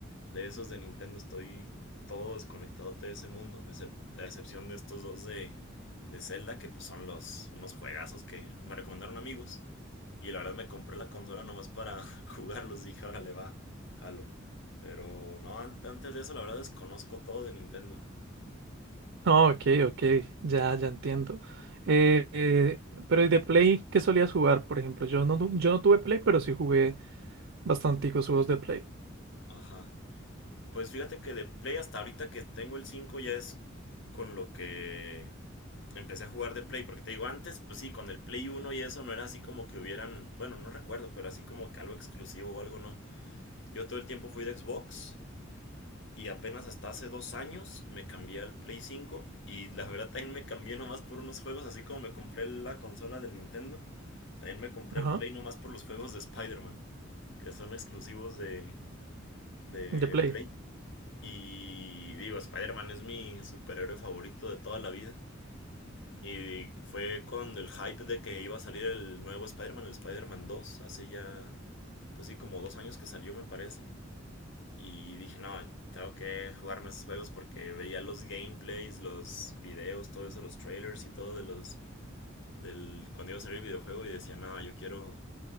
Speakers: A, on the left; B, on the right.
A: de esos de Nintendo, estoy todo desconectado de ese mundo, excep- a excepción de estos dos de, de Zelda, que pues son los unos juegazos que me recomendaron amigos. Y la verdad me compré la consola nomás para <laughs> jugarlos, dije, ahora le va, jalo. Pero no, an- antes de eso la verdad desconozco todo de Nintendo.
B: No, ok, ok, ya, ya entiendo. Eh, eh, pero ¿y de Play qué solías jugar, por ejemplo? Yo no, tu- yo no tuve Play, pero sí jugué bastanticos juegos de Play.
A: Ajá. Pues fíjate que de Play hasta ahorita que tengo el 5 ya es con lo que empecé a jugar de Play. Porque te digo, antes, pues sí, con el Play uno y eso no era así como que hubieran, bueno, no recuerdo, pero así como que algo exclusivo o algo no. Yo todo el tiempo fui de Xbox y apenas hasta hace dos años me cambié al Play 5 y la verdad también me cambié nomás por unos juegos, así como me compré la consola del Nintendo. También me compré
B: Ajá,
A: el Play nomás por los juegos de Spider-Man, que son exclusivos de, de
B: de Play.
A: Play. Y digo, Spider-Man es mi superhéroe favorito de toda la vida. Y fue cuando el hype de que iba a salir el nuevo Spider-Man, el Spider-Man 2, hace ya, pues sí, como dos años que salió, me parece. Y dije, no, tengo que jugarme esos juegos porque veía los gameplays, los videos, todo eso, los trailers y todo de los. del. cuando iba a salir el videojuego y decía, no, yo quiero.